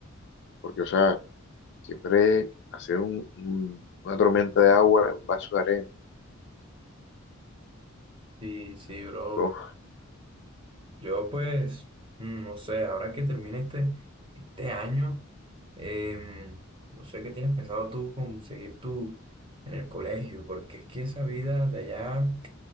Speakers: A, on the left; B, on the right.
A: porque, o sea, Siempre hacer un- un- una tormenta de agua en un vaso de arena.
B: Sí, sí, bro.
A: Co-
B: Yo pues, mm, no sé, ahora que termine este, este año, em, no sé qué tienes pensado tú conseguir tú en el colegio, porque es que esa vida de allá